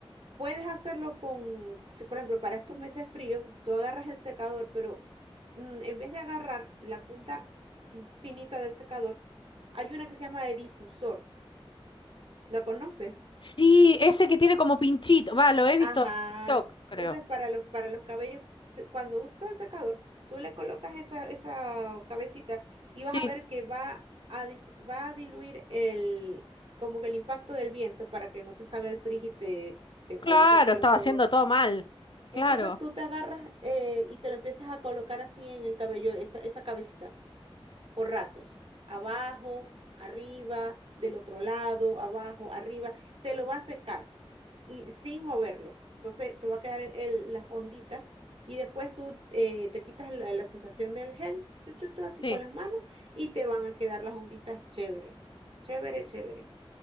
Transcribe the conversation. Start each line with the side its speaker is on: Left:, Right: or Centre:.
Right: Puedes hacerlo con, si, por ejemplo, para estos meses fríos, tú agarras el secador, pero mm, en vez de agarrar la punta mm, finita del secador, hay una que se llama de difusor. ¿La conoces?
Left: Sí, ese que tiene como pinchito. Va, lo he
Right: Ajá.
Left: visto en TikTok, creo.
Right: Esa es para los, para los cabellos. Se- Cuando usas el secador, tú le colocas esa, esa cabecita y
Left: Sí,
Right: vas a ver que va a, dif- va a diluir el, como que el impacto del viento para que no te salga el frizz y te, te
Left: claro,
Right: coloque el pelo
Left: estaba
Right: todo
Left: haciendo todo mal. Claro,
Right: Entonces tú te agarras eh, y te lo empiezas a colocar así en el cabello, esa, esa cabecita, por ratos, abajo, arriba, del otro lado, abajo, arriba, te lo va a secar y sin moverlo. Entonces te va a quedar el- el- las onditas y después tú eh, te quitas la, la sensación del gel, chu, chu, chu, así
Left: sí.
Right: con las manos y te van a quedar las onditas chévere, chévere, chévere.